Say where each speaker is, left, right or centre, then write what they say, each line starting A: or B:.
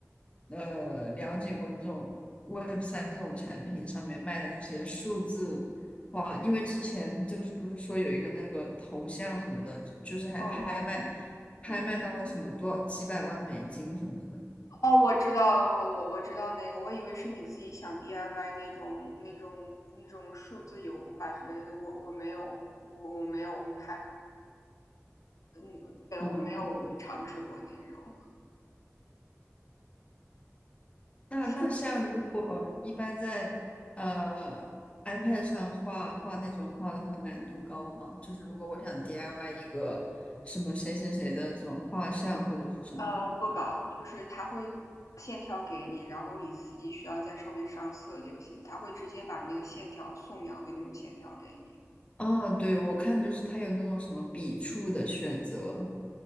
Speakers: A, on the left; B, on the left.
A: 呃了解过这种 w e b 三这种产品上面卖的那些数字哇？因为之前就是不是说有一个那个头像什么的，就是还拍卖，
B: 哦哦，
A: 拍卖到了什么多几百万美金什么的，
B: 嗯，哦，我知道，我我我知道那个，我以为是你自己想 DIY 那种那种那种数字油画之类的，我我没有，我我没有拍，嗯，对，
A: 嗯。
B: 我没有尝试过那种。
A: 那那像如果一般在呃
B: 数
A: iPad 上画画那种画的话，难度高吗？就是如果我想 DIY 一个什么谁谁谁的这种画像或者是什么，
B: 呃，不搞，就是他会把线条给你，然后你自己需要在上面上色就行。他会直接把那个线条素描的那种线条给你。
A: 啊，对，我看就是它有那种什么笔触的选择，